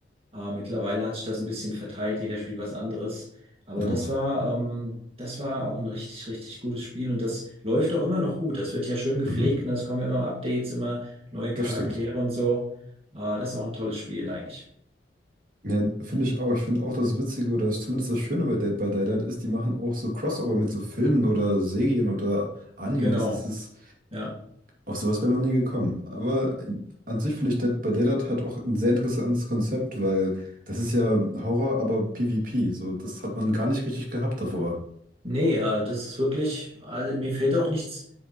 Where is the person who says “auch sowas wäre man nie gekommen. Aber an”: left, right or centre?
Right